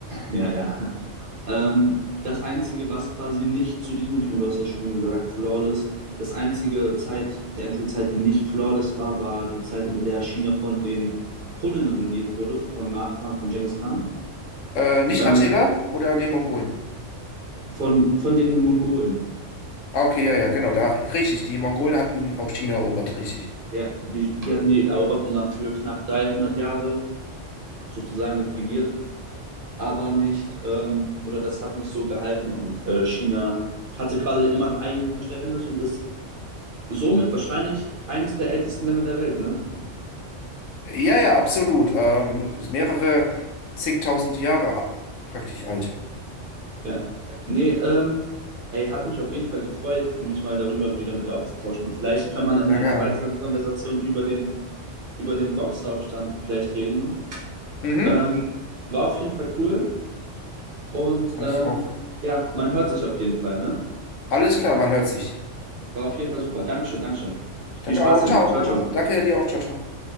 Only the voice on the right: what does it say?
ja, ja. Ähm, das Einzige, was quasi nicht zu diesem, ich meine, du hast ja schon gesagt, flawless. Das einzige Zeit, die einzige Zeit, die nicht flawless war, war die Zeit, in der China von den Hunnen regiert wurde, von Nachfahren von Genghis Khan,
ähm,
von, von den Mongolen.
Ja, die, die hatten die eroberten Land für knapp 300 Jahre sozusagen regiert, aber nicht, ähm, oder das hat nicht so gehalten und äh, China hatte quasi immer ein eigenes Verständnis und ist somit wahrscheinlich eines der ältesten Länder der Welt, ne?
Ja. Nee, ähm, ey, hat mich auf jeden Fall gefreut, mich mal darüber wieder mit dir auszutauschen. Und vielleicht kann man in
einer
weiteren Konversation über den, über den Boxeraufstand vielleicht reden.
Ähm, war auf jeden Fall cool. Und
ähm,
ja, man hört sich auf jeden Fall, ne?
War auf jeden Fall super. Dankeschön, Dankeschön.
Viel Spaß
dir
noch. Ciao, ciao.